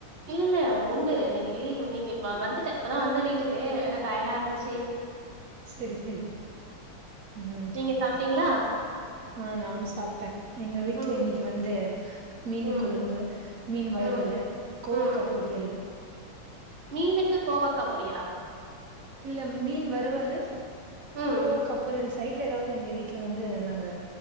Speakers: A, on the right; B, on the right.
A: இல்லல்ல உண்டு இன்னைக்கு லீவ் இன்னைக்கு இப்ப வந்துட்டே இப்பதா வந்தே வீட்டுக்கு அதா டயடா இருந்துச்சு.
B: செரி செரி ம்
A: நீங்க சாப்ட்டீங்களா
B: அப் ஆ நானு சாப்ட்ட எங்க வீட்ல
A: ம்
B: இன்னைக்கு வந்து மீன்
A: ம்
B: கொழும்பு மீன் வறுவலு
A: ம்
B: கோவக்கா
A: ம்
B: பொரி யல்லு
A: மீனுக்கு கோவக்கா பொரியலா
B: இல்ல மீன் வறுவலு
A: ம்
B: கோவக்கா பொரியலு சைட் ட்ல எதாவ்து எங்க வீட்ல வந்து நாங்க